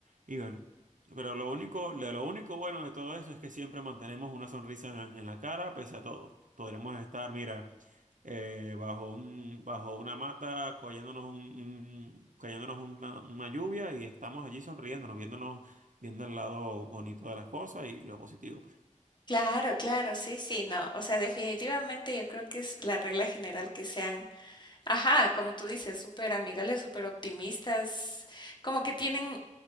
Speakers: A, on the right (about 75°); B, on the left (about 35°).
A: Y bueno, pero lo único, de lo único bueno de todo eso es que siempre mantenemos una sonrisa en, en la cara, pese a todo. Podremos estar, mira, eh, bajo un, bajo una mata, cayéndonos un, un- cayéndonos una, una lluvia y estamos allí sonriéndonos, viéndonos viendo el lado bonito de las cosas y lo positivo, pues.
B: Claro, claro, sí, sí, no, o sea, definitivamente yo creo que es la regla general que sean, ajá, como tú dices, súper amigables, súper optimistas, como que tienen,